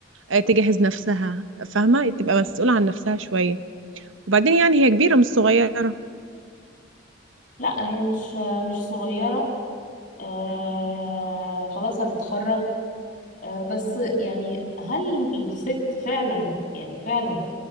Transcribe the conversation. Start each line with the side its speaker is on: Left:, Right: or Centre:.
Right: آه، تجهز نفسها فاهمه تبقى مسؤوله عن نفسها شويه وبعدين يعني هي كبيره مش صغيره
Left: لا هي مش مش صغيرة آه خلاص هتتخرج آه بس يعني هل الست فعلا يعني فعلا